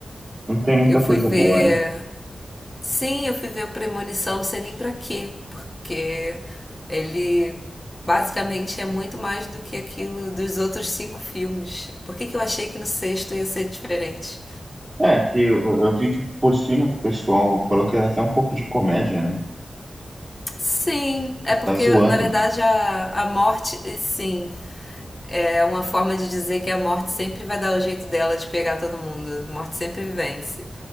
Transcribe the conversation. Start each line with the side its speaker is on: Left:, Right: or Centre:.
Right: Não tem muita
Left: Eu
Right: coisa
Left: fui ver
Right: boa, né?
Left: Sim, eu fui ver o Premonição, não sei nem pra quê, porque ele basicamente é muito mais do que aquilo dos outros cinco filmes. Por que que eu achei que no sexto ia ser diferente?
Right: É, que eu, eu vi que por cima que o pessoal falou que era até um pouco de comédia, né?
Left: Sim, é porque
Right: Tá zoando.
Left: na verdade a, a morte, sim, é uma forma de dizer que a morte sempre vai dar o jeito dela de pegar todo mundo. A morte sempre vence.